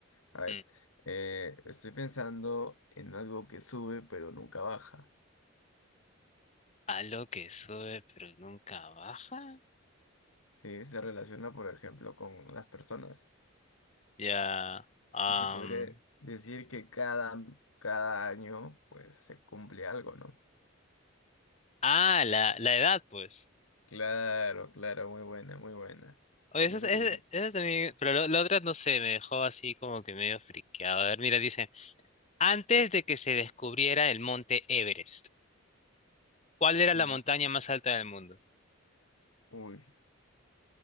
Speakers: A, on the left (about 85°); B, on the left (about 30°).
A: A ver,
B: Mm,
A: eh, estoy pensando en algo que sube pero nunca baja.
B: A lo que sube pero nunca baja.
A: ¿sí? Se relaciona, por ejemplo, con las personas.
B: Ya. am,
A: Y se podría decir que cada, cada año pues se cumple algo, ¿no?
B: ah, la, la edad, pues.
A: Claro, claro, muy buena, muy buena.
B: Oye,
A: Digo
B: eso, es-
A: que
B: ese-
A: tengo-
B: eso también. Pero lo- la otra no sé, me dejó así como que medio friqueado. A ver, mira, dice: Antes de que se descubriera el monte Everest, ¿cuál era la
A: Mm,
B: montaña más alta del mundo?
A: Uy.